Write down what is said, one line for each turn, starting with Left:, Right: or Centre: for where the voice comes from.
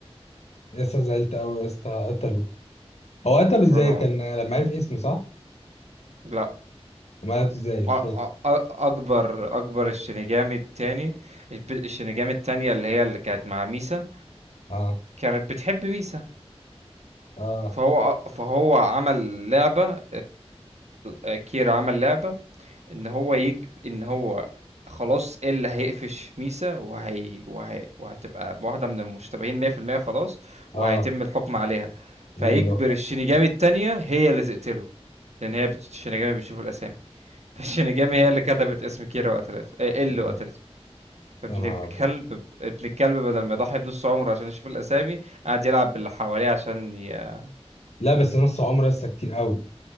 Left: يا اسطى زعلت قوي يا اسطى قتله هو قتله ازاي
Right: انا
Left: كان لما عرف اسمه صح
Right: لا
Left: وما قتله ازاي مش
Right: أ- أ-
Left: فاكر
Right: أ- اكبر اكبر الشينيجامي التاني الب- الشينيجامي التانية اللي هي اللي كانت مع ميسا
Left: اه
Right: كانت بتحب ميسا
Left: اه
Right: فهو فهو عمل لعبة كير عمل لعبة إن هو يجب إن هو خلاص إيه اللي هيقفش ميسا وهي... وهي... وهتبقى واحدة من المشتبهين 100% خلاص
Left: اه
Right: وهيتم الحكم عليها
Left: لا
Right: فيجبر
Left: لا
Right: الشينيجامي التانية هي اللي تقتله لأن هي بت... الشينيجامي بيشوف الأسامي فالشينيجامي هي اللي كتبت اسم كيرا وقتلته إيه إيه اللي
Left: يا
Right: قتلته فابن
Left: نهار
Right: الكلب
Left: ابيض
Right: ابن الكلب بدل ما يضحي بنص عمره عشان يشوف الأسامي قعد يلعب باللي حواليه عشان ي...
Left: لا بس نص عمره لسه كتير قوي